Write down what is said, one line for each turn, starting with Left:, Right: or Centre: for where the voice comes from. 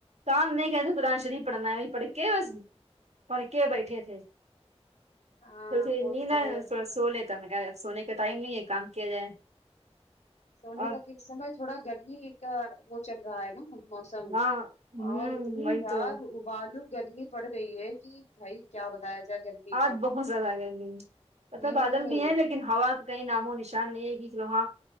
Right: کام نہیں کہتے قرآن شریف پڑھنا ہے پڑھ کے بس پڑھ کے بیٹھے تھے کی
Left: ہاں
Right: سوچے
Left: وہ
Right: نیند
Left: تو چلو
Right: ارہی سو لیتے ہیں سونے کا ٹائم نہیں ہے کام کیا جائے
Left: سونے
Right: اور
Left: کا کہ سمے تھوڑا گرمی کا وہ چل رہا ہے نا موسم
Right: ہاں ہوں
Left: اور اتی
Right: وہی
Left: رار
Right: تو
Left: والو گرمی پڑ گئی ہے کہ بھائی کیا بتایا جائے گرمی
Right: اج
Left: کا
Right: بہت زیاد گرمی ہے
Left: ہوں
Right: مطلب بادل بھی ہے لیک ہوا کا کئی ناموں نشان نہیں ہے کہ وہاں